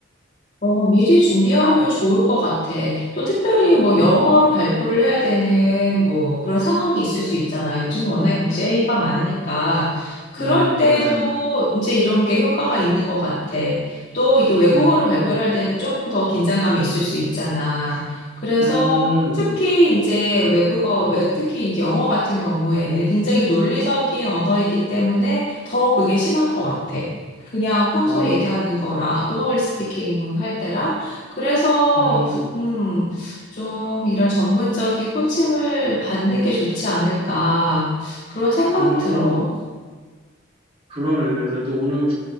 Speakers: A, on the left; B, on the right.
A: 어, 미리 준비하면 좋을 것 같아. 또 특별히 뭐
B: 음,
A: 영어로 발표를 해야 되는 뭐 그런 상황이 있을 수 있잖아. 요즘 워낙에 국제회의가 많으니까. 그럴
B: 음,
A: 때도
B: 맞아.
A: 이제 이런 게 효과가 있는 것 같아. 또 이게 외국어로
B: 음,
A: 발표를 할 때는 조금 더 긴장감이 있을 수 있잖아. 그래서
B: 음,
A: 특히 이제 외국어, 외- 특히 이제 영어 같은 경우에는 굉장히 논리적인 언어이기 때문에 더 그게 심한 것 같아. 그냥 평소에
B: 아,
A: 얘기하는 거라 또 허블리 스피킹 할 때라 그래서
B: 음,
A: 음, 좀 이런 전문적인 코칭을 받는 게 좋지 않을까 그런 생각이
B: 음.
A: 들어.
B: 그러네. 나도 오늘